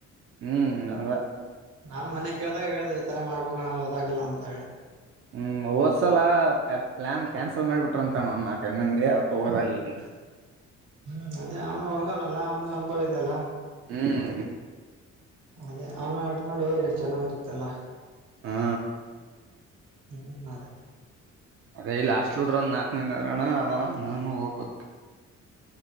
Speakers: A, on the right; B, on the right.
A: ಹ್ಮ್ ಅದ
B: ನಾನು ಮನ್ನೆ ಕೇಳ್ದಾಗ ಹೇಳ್ದ ಈ ತರ ಮಾಡ್ಬೇಕಣ್ಣ ಹೋದಾಗಲ್ಲ ಅಂತ ಹೇಳಿ
A: ಹ್ಮ್ ಓದ್ಸಲ ಪ್ಲಾನ್ ಕ್ಯಾನ್ಸಲ್ ಮಾಡಿಬಿಟ್ರ ಅಂತಾ ಒಂದನಾಕ ಐದ ಮಂದಿ ಅದಕ್ ಹೋಗದಾಗಿಲ್ಲಂತ
B: ಹ್ಮ್ ಅದೇ ಅವನು ಹೋಗೋವನಲ್ಲ ಅವನ್ಗ ಅನುಭವ ಇದೆ ಅಲ್ಲ
A: ಹ್ಮ್
B: ಅದೇ ಅವನ್ನ ಇಟ್ಕೊಂಡ ಹೋರಿ ಚೆನ್ನಾಗಿರುತ್ತಲ್ಲ
A: ಹಾ
B: ಹ್ಮ ಅದೇ
A: ಅದೇ ಹಾಸ್ಟೆಲ್ ಹುಡ್ರ ನಾಕ ಮಂದ ಆರಣ ಅವ ನಾನು ಹೋಗ್ಬಕ್